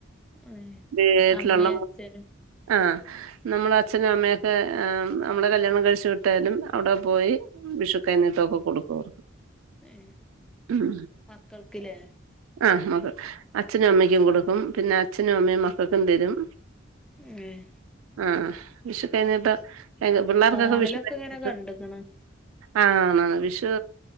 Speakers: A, in the centre; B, on the right.
A: ഏഹ്
B: വീട്ടില്
A: അമ്മയും
B: ഉള്ള
A: അച്ഛനും
B: ആഹ് നമ്മള അച്ഛനും അമ്മയൊക്കെ നമ്മളെ - കല്ല്യാണം കഴിച്ചു വിട്ടാലും അവിടെ പോയി വിഷുക്കൈനീട്ടാമൊക്കെ കൊടുക്കും
A: ഏഹ്
B: ഉം
A: മക്കൾക്ക്ല്ലേ
B: ആഹ് മക്കൾ അച്ഛനും അമ്മയ്ക്കും കൊടുക്കും പിന്നെ അച്ഛനും അമ്മയും മക്കൾക്കും തരും
A: ഏഹ്
B: ആഹ വിഷു കൈ നീട്ടം പിള്ളേർക്കൊക്കെ
A: ഫോണിലൊക്കെ
B: വിഷു കഴിഞ്ഞ-
A: ഇങ്ങനെ കണ്ട്ക്ക്ണ്
B: ആ വിഷു